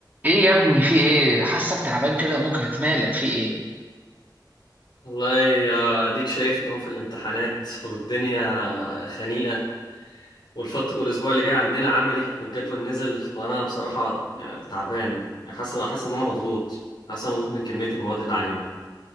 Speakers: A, on the right; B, on the left.
A: ايه يا ابني في ايه حاسك تعبان كده مجهد مالك في ايه
B: والله آه، اديك شايف ان هو في الامتحانات والدنيا خنيقة والفط والاسبوع اللي جاي عندنا عملي والجدول نزل وانا بصراحة يعني تعبان يعني حاسس حاسس ان انا مضغوط حاسس إن انا مضغوط من كمية المواد اللي علينا